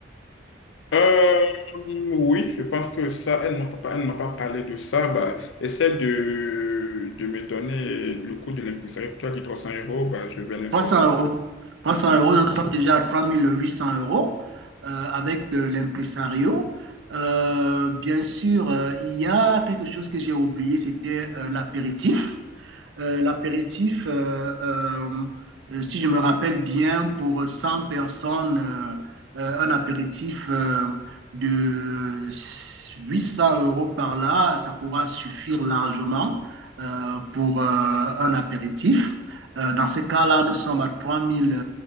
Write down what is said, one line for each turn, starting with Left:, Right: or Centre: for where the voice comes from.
Left: Euh, oui, je pense que ça, elle ne m'a pas, elle ne m'a pas parlé de ça. Bah, essaie de, de me donner le coût de l'impresario. Tu as dit 300 euros, bah, je vais l'informer.
Right: 300 euros. 300
Left: Oui.
Right: euros, nous sommes déjà à 3800 euros euh, avec euh, l'impresario. Euh, bien sûr, euh, il y a quelque chose que j'ai oublié, c'était euh, l'apéritif. euh, l'apéritif, euh, euh, euh, si je me rappelle bien, pour 100 personnes, euh, euh, un apéritif euh, de 800 euros par là, ça pourra suffire largement euh, pour euh, un apéritif. Euh, dans ce cas-là, nous sommes à trois mille